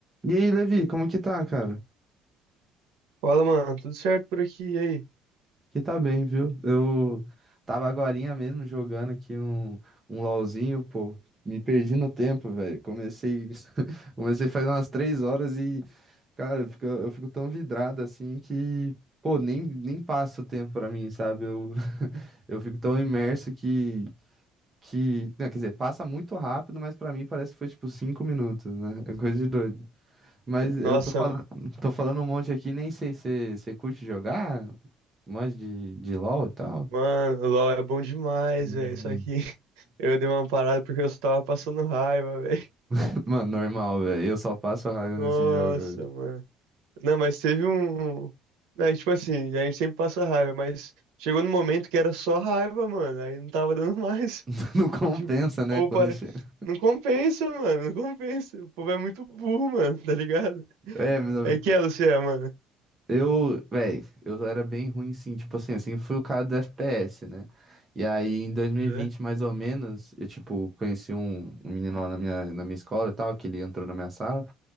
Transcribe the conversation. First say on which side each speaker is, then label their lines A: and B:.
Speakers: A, on the right (about 25°); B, on the right (about 90°).
A: E aí, Levi, como que tá, cara?
B: Fala, mano, tudo certo por aqui? E aí?
A: Que tá bem, viu? Eu tava agorinha mesmo jogando aqui um, um LOLzinho, pô. Me perdi no tempo, velho. Comecei, <laughs> comecei faz umas três horas e, cara, eu fico, eu fico tão vidrado assim que, pô, nem, nem passa o tempo pra mim, sabe? Eu, <laughs> eu fico tão imerso que, que, não, quer dizer, passa muito rápido, mas pra mim parece que foi tipo cinco minutos, né? É coisa de doido. Mas eu
B: Nossa,
A: tô falando,
B: mano,
A: tô falando um monte aqui, nem sei se você curte jogar, manja de, de LoL e tal.
B: mano, o LoL é bom demais,
A: Uhum.
B: velho. Só que <laughs> eu dei uma parada porque eu só tava passando raiva, <laughs> velho.
A: <laughs> Mano, normal, velho. Eu só passo raiva
B: Nossa,
A: nesse jogo.
B: mano. Não, mas teve um. um, Né, tipo assim, a gente sempre passa raiva, mas chegou no momento que era só raiva, mano. Aí não tava dando <laughs> mais.
A: <laughs> Não compensa,
B: Tipo, o povo
A: né? Quando
B: para.
A: chega.
B: Não compensa, mano, não compensa. O povo é muito burro, mano, tá ligado?
A: É, meu
B: É que é, você é, mano.
A: eu, velho, eu era bem ruim sim. Tipo assim, assim, fui o cara do FPS, né? E aí, em 2020,
B: Uhum.
A: mais ou menos, eu, tipo, conheci um, um menino lá na minha, na minha escola e tal, que ele entrou na minha sala.